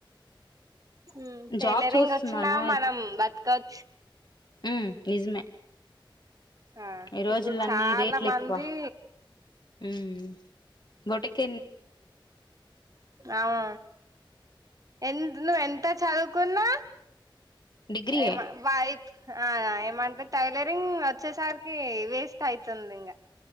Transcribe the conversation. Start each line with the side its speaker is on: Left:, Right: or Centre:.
Right: మ్. టైలరింగ్
Left: జాబ్ చూస్తున్నాను
Right: వచ్చినా మనం బతకవచ్చు
Left: మ్ నిజమే
Right: ఆ
Left: ఈ రోజులన్నీ
Right: ఇప్పుడు చాలా
Left: రేట్లు
Right: మంది
Left: ఎక్కువ మ్.., బొటక్
Right: అవు ఎంత్ నువ్ ఎంత చదువు కున్నా
Left: డిగ్రీయే
Right: ఎమొ వాయి ఆ ఏమంటే టైలరింగ్ వచ్చేసరికి వేస్ట్ అయితుంది ఇంకా